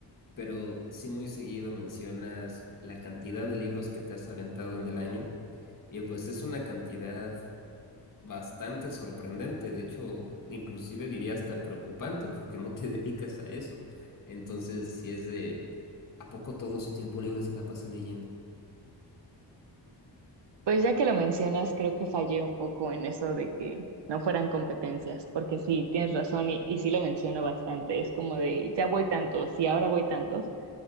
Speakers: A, on the left (about 50°); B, on the right (about 75°).
A: pero sí muy seguido mencionas la cantidad de libros que te has aventado en el año y pues es una cantidad bastante sorprendente, de hecho, inclusive diría hasta preocupante porque no te <laughs> dedicas a eso. Entonces, si es de, ¿a poco todo su tiempo libre se la pasa leyendo?
B: Pues ya que lo mencionas, creo que fallé un poco en eso de que no fueran competencias, porque sí, tienes razón y, y sí lo menciono bastante. Es como de, ya voy tantos y ahora voy tantos.